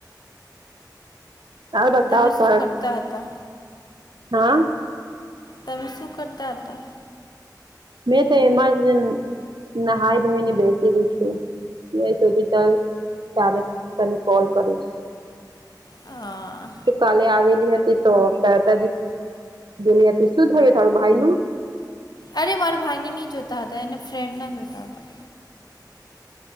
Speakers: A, on the right (about 90°); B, on the left (about 65°).
A: તાર બતાવ
B: તમે શું
A: તાર
B: કરતા હતા.
A: હા.
B: તમે શું કરતા હતા.
A: મેં તો એમાં જ નહાઈ ધોઈ ને બેસીલી છું. મેં સોચ્યું ચાલ ત્યારે તને કોલ કરીશ.
B: હા.
A: કાલે આવેલી હતી તો ત ત ગેલી હતી શું થયું તારું ભાઈનું.
B: અરે મારા ભાઈ ને નહી જોતા હતા એના ફ્રેન્ડ ના જોતા હતા.